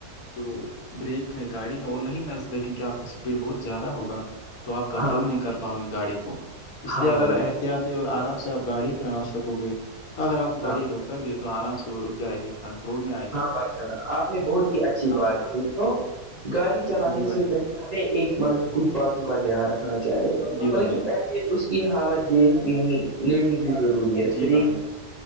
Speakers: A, on the left (about 75°); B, on the right (about 50°).
A: جو بریک ہے گاڑی کا وہ نہیں لگ سکتا کیونکہ آپ کا اسپیڈ بہت زیادہ ہوگا تو آپ کنٹرول
B: ہاں بھائی
A: نہیں کر پاؤ گی گاڑی کو اس
B: ہاں ہاں
A: لیے اگر
B: بھائی
A: آتی ہے اور آرام سے آپ گاڑی پنا سکو گے تو اگر آپ کو گاڑی
B: ہاں
A: روکنا بھی ہے تو آرام سے وہ رک جائے گی کنٹرول میں آئی
B: ہاں بھائی جانا آپ نے بہت ہی اچھی بات
A: ہوگا
B: کی تو گاڑی چلانے
A: جی بھائی
B: سےہلے
A: جان
B: ایک مطلب کچھ باتوں کا دھیان رکھنا چاہیے
A: جی
B: مطلب
A: بھائی جان
B: کہ پہلے اس کی حالت دیکھ لینی لینی بھی ضروری ہے
A: جی
B: بریک
A: بھائی جان